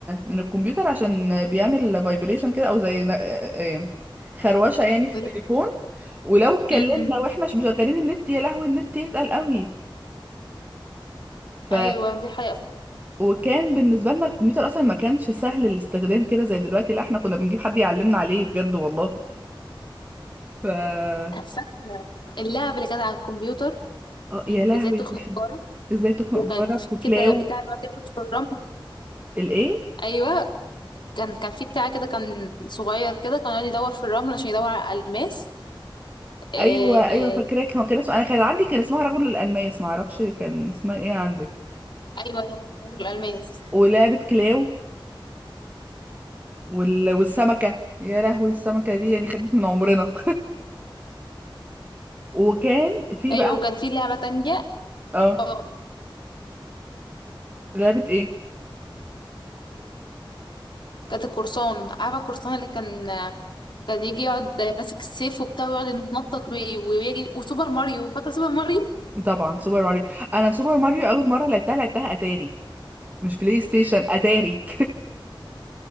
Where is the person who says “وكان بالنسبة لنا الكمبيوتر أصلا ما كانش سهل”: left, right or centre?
Right